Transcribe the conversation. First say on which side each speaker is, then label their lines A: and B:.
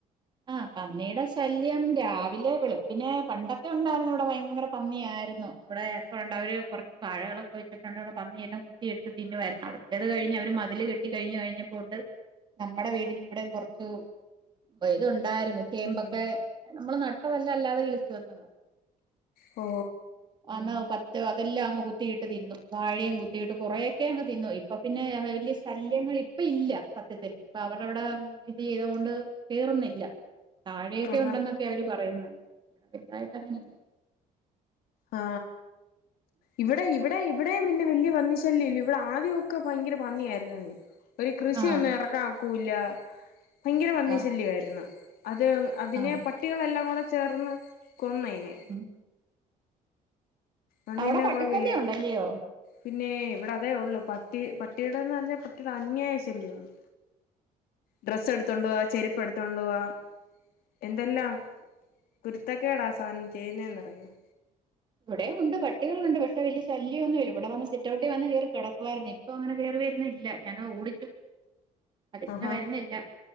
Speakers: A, on the right; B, on the left.
A: ആാ പന്നിടെ ശല്യം രാവിലെ വെളുപ്പിനെ പണ്ടൊക്കെ ഒണ്ടാരുന്ന് ഇവടെ ഭയങ്കര പന്നിയാരുന്നു ഇവടെ എപ്പണ്ട് അവര് കൊറച്ച് വാഴകളൊക്കെ വെച്ചിട്ടുണ്ടേ അവടെ പന്നിയെല്ലാം കുത്തിയെടുത്ത് തിന്നുവാരുന്നു അവിടുത്തേത് കഴിഞ്ഞ് അവര് മതില് കെട്ടി കഴിഞ്ഞ് കഴിഞ്ഞപ്പോ ഒണ്ട് നമ്മടെ വീടിന്റെ ഇവിടെയും കൊറച്ച് <unintelligible> ണ്ടാര്ന്നു ചേമ്പൊക്കെ
B: ഉം
A: നമ്മള് നട്ടതല്ല അല്ലാതെ കിളി വന്നാതാ
B: ഓ
A: <unintelligible> അതെല്ലാം അങ്ങ് കുത്തിയിട്ട് തിന്നു വാഴയെ കുത്തിയിട്ട് കൊറെ അങ്ങ് തിന്നു ഇപ്പം പിന്നെ വല്യാ ശല്യങ്ങൾ ഇപ്പ ഇല്ല സത്യത്തില്ൽ ഇപ്പൊ അവരവിടെ ഇത് ചെയ്തൊണ്ട് കയറുന്നില്ല താഴെയൊക്കെ
B: ആഹാ
A: ഉണ്ടെന്നൊക്കെ അവര് പറയുന്നത് ഇവിടെ ഇണ്ടായിട്ട് അങ്ങനെല്ല
B: ആ ഇവിടെ ഇവിടെ ഇവിടെയും പിന്നെ വലിയ പന്നിശല്യം ഇല്ല ഇവിടെ ആദ്യമൊക്കെ ഭയങ്കര പന്നിയായിരുന്നു നീ ഒരു കൃഷിയ
A: ആഹ്
B: ഒന്ന് ഇറക്കാക്കൂ ഇല്ല ഭയങ്കര പന്നി
A: ആഹ്
B: ശല്യമായിരുന്നു അത് അതിനെ
A: ആഹ്
B: പട്ടികളെല്ലാം കൂടെ ചേർന്ന് കൊന്നയിനെ
A: ഉം
B: അതോണ്ട്
A: അവിടെ
B: പിന്നെ
A: പട്ടിശല്യം
B: കൊഴപ്പല്ല
A: ഉണ്ടല്ലയോ?
B: പിന്നെ ഇവിടെ അതേ ഉള്ളു പട്ടി പട്ടിയുടെന്ന് പറഞ്ഞാൽ പട്ടിയുടെ അന്യായ ശല്യമാണ് ഡ്രസ്സ് എടുത്തണ്ട് പോവാ ചെരുപ്പ് എടുത്തണ്ട് പോവാ എന്തല്ലാ ക് കുരുത്തെക്കെടാ ആ സാനം ചെയ്യുന്നേന്ന് <unintelligible>
A: ഇവിടെം ഉണ്ട് പട്ടികളുണ്ട് പക്ഷെ വല്ല്യ ശല്യമൊന്നുമില്ല ഇവിടെ വന്ന് സിറ്റൗട്ടി വന്ന് കേറി കിടക്കുവായിരുന്നു ഇപ്പ അങ്ങനെ കേറിവരുന്നില്ല ഞാനാ ഓടിച്ചു അതി പിന്നെ
B: ആഹാ
A: വരുന്നില്ല